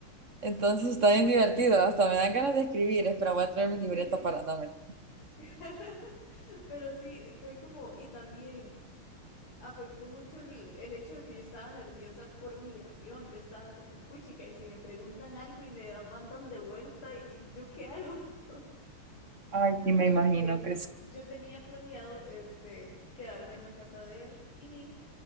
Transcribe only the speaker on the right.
Entonces está bien divertido, hasta me dan ganas de escribir, espero voy a traer mi libreta
para no mentir.
Ay, sí, me
imagino que sí.